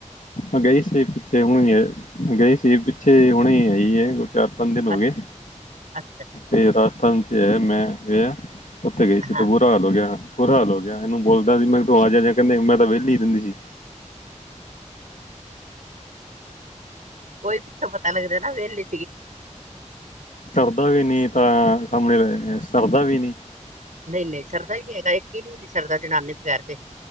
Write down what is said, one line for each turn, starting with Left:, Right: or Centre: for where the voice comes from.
Left: ਅ ਗਈ ਸੀ ਪਿੱਛੇ ਹੁਨੇ ਗਈ ਪਿੱਛੇ ਹੁਨੇ ਆਈ ਏ ਚਾਰ, ਪੰਜ ਦਿਨ ਹੋ
Right: ਅੱਛਾ
Left: ਗਏ
Right: ਅੱਛਾ।
Left: ਤੇ ਰਾਜਸਥਾਨ ਚ ਐ ਮੈਂ ਗਿਆ, ਉੱਥੇ ਗਈ ਸੀ
Right: ਹਾਂ
Left: ਤੇ ਬੂਰਾ ਹਾਲ ਹੋ ਗਿਆ ਬੁਰਾ ਹਾਲ ਹੋ ਗਿਆ ਇਹਨੂੰ ਬੋਲਦਾ ਸੀ, ਮੈਂ ਕਿਹਾ ਤੂੰ ਆ ਜਾ ਕਹਿੰਦੇ ਮੈਂ ਤਾਂ ਵਿਹਲੀ ਰੈਹਿੰਦੀ ਸੀ
Right: ਓਈ ਪਿੱਛੋਂ ਪਤਾ ਲਗਦਾ ਨਾ ਵੇਹਲੀ
Left: ਸਰਦਾ ਵੀ ਨੀ ਤਾਂ ਸਾਹਮਨੇ ਰਹੇ ਸਰਦਾ ਵੀ ਨੀ
Right: ਨਹੀਂ-ਨਹੀਂ ਸਰਦਾ ਈ ਨੀ ਹੈਗਾ, ਇੱਕ ਦਿਨ ਵੀ ਨੀ ਸਰਦਾ ਜਨਾਨੀ ਬਗੈਰ ਤੇ